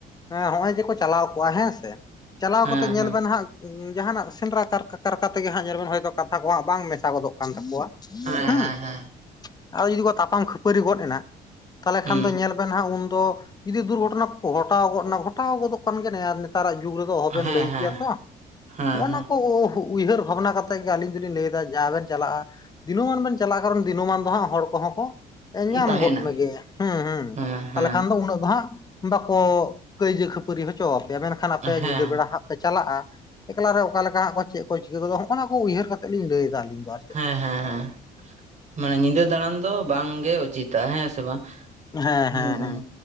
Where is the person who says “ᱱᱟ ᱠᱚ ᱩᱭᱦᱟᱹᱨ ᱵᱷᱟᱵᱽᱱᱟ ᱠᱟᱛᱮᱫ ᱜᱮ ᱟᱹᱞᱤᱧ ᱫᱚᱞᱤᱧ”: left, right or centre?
Left